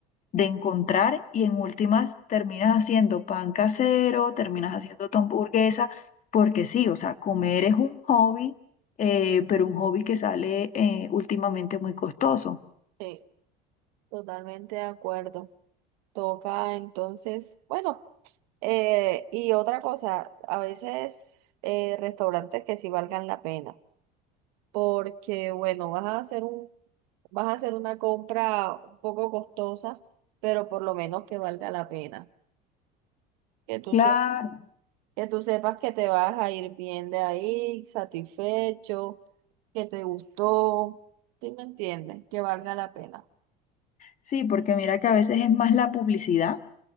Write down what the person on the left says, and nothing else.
de encontrar y en últimas terminas haciendo pan casero, terminas haciendo tu hamburguesa, porque sí, o sea, comer es un hobby, eh, pero un hobby que sale eh, últimamente muy costoso.
Claro,
sí, porque mira que a veces es más la publicidad